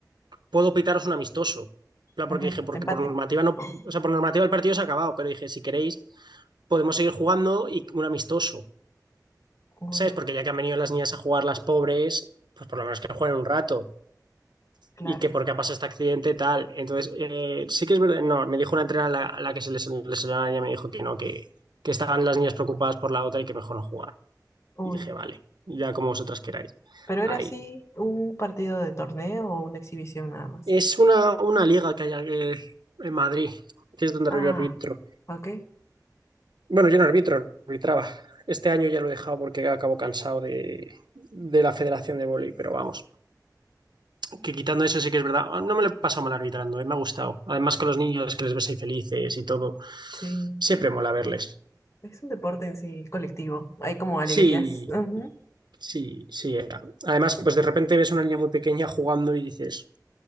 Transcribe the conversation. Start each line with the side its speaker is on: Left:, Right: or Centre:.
Right: Puedo pitaros un amistoso. claro
Left: Ujú,
Right: Porque dije, porque
Left: Empate.
Right: por normativa no,
Left: Oh,
Right: o sea, por normativa el partido se ha acabado, pero dije, si queréis, podemos seguir jugando y un amistoso.
Left: Uy,
Right: ¿Sabes? Porque ya que han venido las niñas a jugar las pobres, pues por lo menos que jueguen un rato.
Left: claro.
Right: Y que porque ha pasado este accidente, tal. Entonces, eh, sí que es verdad. No, me dijo una entrenadora a la, a la que se les lesionó la niña, me dijo que no, que, que estaban las niñas preocupadas por la otra y que mejor no jugar.
Left: Uy.
Right: Y dije, vale, ya como vosotras queráis.
Left: Pero era
Right: Ahí.
Left: así un partido de torneo o una exhibición nada más.
Right: Es una, una liga que hay aquí en Madrid, que es donde
Left: Ah,
Right: yo arbitro.
Left: ok.
Right: Bueno, yo no arbitro, arbitraba. Este año ya lo he dejado porque acabo cansado de, de la Federación de Vóley, pero vamos, que quitando eso sí que es verdad. ah, No me lo he pasado mal arbitrando, eh, me ha gustado. Además con los niños que les ves ahí felices y todo,
Left: Sí.
Right: siempre mola verles.
Left: Es un deporte en sí colectivo. Hay como alegrías.
Right: Sí,
Left: Ujú.
Right: sí, sí. Además, pues de repente ves una niña muy pequeña jugando y dices,